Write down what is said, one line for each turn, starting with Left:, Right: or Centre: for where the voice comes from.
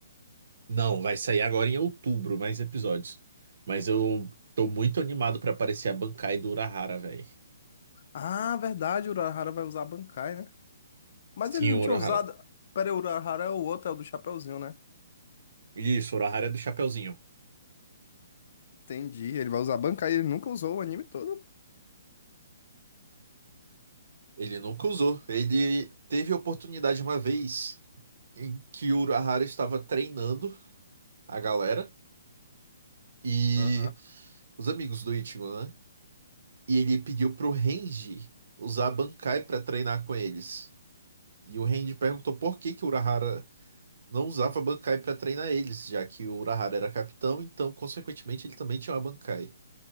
Right: Não, vai sair agora em outubro, mais episódios. Mas eu tô muito animado pra aparecer a Bankai do Urahara, velho.
Left: Ah, verdade, o Urahara vai usar a Bankai, né? Mas
Right: Sim,
Left: ele não
Right: o
Left: tinha
Right: Urahara.
Left: usado. Pera, aí, o Urahara é o outro, é o do Chapeuzinho, né?
Right: Isso, o Urahara é do Chapeuzinho.
Left: Entendi. Ele vai usar a Bankai, ele nunca usou o anime todo.
Right: Ele nunca usou. Ele teve oportunidade uma vez em que o Urahara estava treinando a galera e
Left: Aham,
Right: os amigos do Ichigo, né? E ele pediu pro Renji usar a Bankai para treinar com eles. E o Renji perguntou por que que o Urahara não usava Bankai para treinar eles, já que o Urahara era capitão, então, consequentemente, ele também tinha uma Bankai.